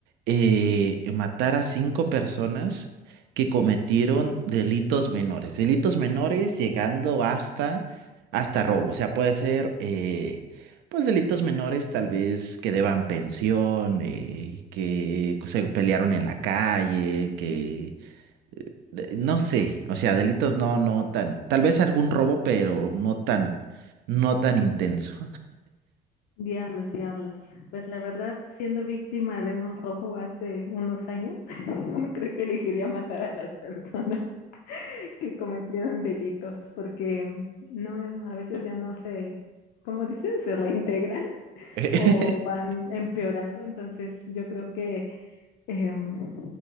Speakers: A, on the right (about 85°); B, on the left (about 85°).
A: eh, matar a cinco personas que cometieron delitos menores? Delitos menores llegando hasta, hasta robo. O sea, puede ser, eh, pues, delitos menores tal vez que deban pensión, eh, que se pelearon en la calle, que eh, eh, No sé, o sea, delitos no, no tan, tal vez algún robo, pero no tan, no tan intenso.
B: Diablos, diablos. Pues la verdad, siendo víctima de un robo hace unos años, <laughs> creo que elegiría matar a las personas <laughs> que cometieron delitos, porque mm, no, a veces ya no se, como dicen, se reintegran
A: <laughs>
B: o van empeorando. Entonces yo creo que, em,